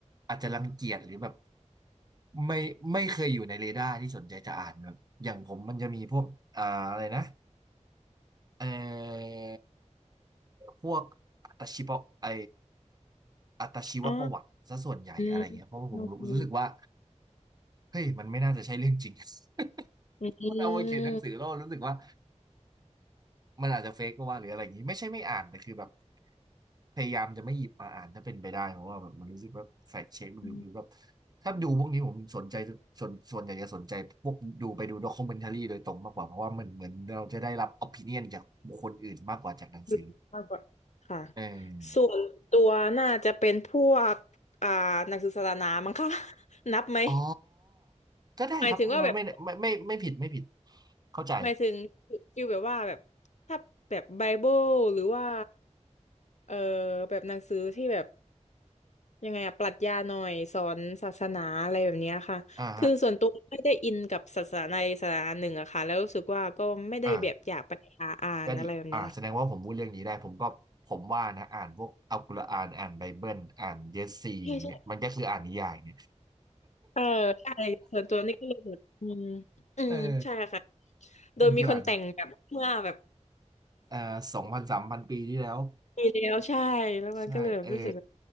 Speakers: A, on the right; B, on the left.
A: อาจจะรังเกียจหรือแบบไม่ไม่เคยอยู่ในเรดาร์ที่สนใจจะอ่านแบบอย่างผมมันจะมีพวกอ่าอะไรนะ เอ่อพวกอัตชีวะไออัตชีวประวัติซะส่วนใหญ่อะไรเงี้ย
B: อ๋ออืม
A: เพราะว่าผมรู้รู้สึกว่า
B: อืมอ
A: เฮ้ยมันไม่น่าจะใช่เรื่องจริง <laughs>
B: ืม
A: มันเอาไปเขียนหนังสือแล้วรู้สึกว่ามันอาจจะเฟกก็ว่าหรืออะไรอย่างงี้ไม่ใช่ไม่อ่านแต่คือแบบพยายามจะไม่หยิบมาอ่านถ้าเป็นไปได้เพราะว่าแบบมันรู้สึกว่าแฟกเช็คหรือหรือแบบ
B: อืม
A: ถ้าดูพวกนี้ผมสนใจส่วนส่วนใหญ่จะสนใจพวกดูไปดูด็อก u m e n t a r y โดยตรงมากกว่าเพราะว่ามันเหมือนเราจะได้รับ opinion จากบุคคลอื่นมากกว่าจากหนังสือ
B: ดูมากกว่าค่ะ
A: เออ
B: ส่วนตัวน่าจะเป็นพวกอ่าหนักศึกษาสนามั้งคะ <laughs> นับไหม
A: อ๋อก็ได้ครับไม่ไม่ไม่ไม่ไม่ผิดไม่ผิด
B: หมายถึงว่าแบบ
A: เข้าใจ
B: หมายถึงฟิลแบบว่าแบบถ้าแบบไบเบิลหรือว่าเออแบบหนังสือที่แบบยังไงอะปรัชญาหน่อยสอนศาสนาอะไรแบบเนี้ยค่ะคือส่วนตัวไม่ได้อินกับศาสนาใดศาสนาหนึ่งอะค่ะแล้วรู้สึกว่าก็ไม่ได้แบบอยากไปหาอ่านอะไรแบบเนี้ย
A: อ่าฮะอ่าก็ดีอ่าแสดงว่าผมพูดเรื่องนี้ได้ผมก็ผมว่านะอ่านพวกอัลกุรอานอ่านไบเบิลอ่านเยสซีอย่างเงี้ยมันก็คืออ่านนิยายเนี่ย
B: ใช่ใช่เออใช่ส่วนตัวนี่ก็เลยแบบอืมอืมใช่ค่ะ
A: เออ
B: โดยมีคนแต่งแบบเมื่อแบบ
A: มันคืออ่านเอ่อสองพันสามพันปีที่แล้ว
B: <laughs> ปีแล้วใช่แล้วมันก็เลยแบบรู้สึกว่า
A: ใช่เออ